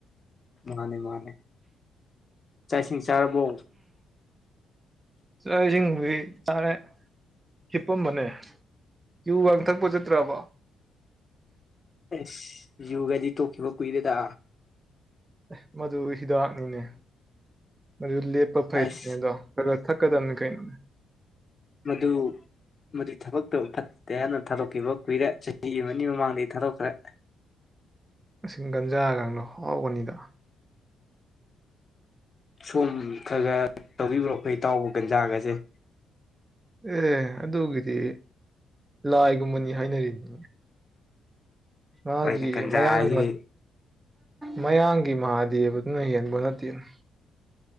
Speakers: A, on the left; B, on the right.
A: ꯃꯥꯅꯦ ꯃꯥꯅꯦ ꯆꯥꯛ ꯏꯁꯤꯡ ꯆꯥꯔꯕꯣ
B: ꯆꯣꯏꯁꯤꯡ ꯍꯣꯏ ꯇꯔꯦ ꯍꯤꯞꯄꯝꯕꯅꯦ ꯀꯨ ꯋꯥꯡ ꯊꯛꯄ ꯆꯠꯇ꯭ꯔꯕ
A: ꯑꯁ ꯌꯣꯒꯗꯤ ꯇꯣꯛꯈꯤꯕ ꯀꯨꯏꯔꯦꯗ
B: ꯑꯦ ꯃꯗꯨ ꯍꯤꯗꯥꯛꯅꯤꯅꯦ ꯃꯗꯨ ꯂꯦꯞꯄ ꯐꯩꯇꯅꯦ
A: ꯑꯁ
B: ꯑꯗꯣ ꯊꯀꯗꯅꯤ ꯀꯩ
A: ꯃꯗꯨ ꯃꯗꯨ ꯊꯕꯛꯇ ꯐꯠꯇꯦ ꯍꯥꯏꯅ ꯊꯥꯗꯣꯛꯈꯤꯕ ꯀꯨꯏꯔꯦ ꯆꯍꯤ ꯑꯃꯅꯤ ꯃꯃꯥꯡꯗꯒꯤ ꯊꯥꯗꯣꯛꯈ꯭ꯔꯦ
B: ꯃꯁꯤꯡ ꯒꯟꯖꯥꯒꯗꯣ ꯍꯥꯎꯕꯅꯤꯗ
A: ꯁꯣꯝ ꯈꯔ ꯈꯔ ꯇꯧꯕꯤꯕ꯭ꯔꯣ ꯑꯩꯈꯣꯏ ꯏꯇꯥꯎꯕ ꯒꯟꯖꯥꯒꯁꯦ
B: ꯑꯦ ꯑꯗꯨꯒꯤꯗꯤ ꯂꯥꯏꯒꯨꯝꯕꯅꯤ ꯍꯥꯏꯅꯔꯤꯅꯤ ꯃꯥꯒꯤ
A: ꯍꯣꯏꯅꯦ ꯒꯟꯖꯥ
B: ꯃꯌꯥꯡ
A: ꯍꯥꯏꯁꯤꯗꯤ
B: ꯃꯌꯥꯡꯒꯤ ꯃꯍꯥꯗꯦꯕꯗꯨꯅ ꯍꯦꯟꯕ ꯅꯠꯇꯦꯅ